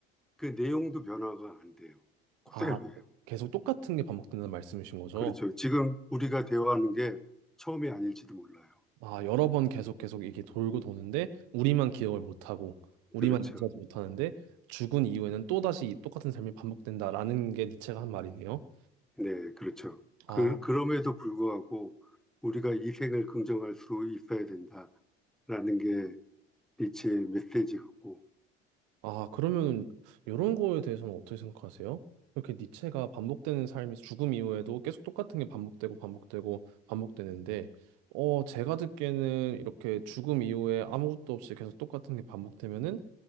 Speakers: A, in the centre; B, on the right.
A: 그 내용도 변화가 안 돼요. 그대로예요.
B: 아, 계속 똑같은 게 반복된다는 말씀이신 거죠?
A: 그렇죠. 지금 우리가 대화하는 게 처음이 아닐지도 몰라요.
B: 아, 여러 번 계속 계속 이게 돌고 도는데 우리만 기억을 못 하고 우리만
A: 그렇죠.
B: 인지하지 못하는데 죽은 이후에는 또다시 이 똑같은 삶이 반복된다라는 게 니체가 한 말이네요.
A: 네, 그렇죠. 그,
B: 아,
A: 그럼에도 불구하고 우리가 이 생을 긍정할 수 있어야 된다라는 게 니체의 메시지 같고.
B: 아, 그러면 이런 거에 대해서는 어떻게 생각하세요? 이렇게 니체가 반복되는 삶에서 죽음 이후에도 계속 똑같은 게 반복되고 반복되고 반복되는데, 어, 제가 듣기에는 이렇게 죽음 이후에 아무것도 없이 계속 똑같은 게 반복되면은,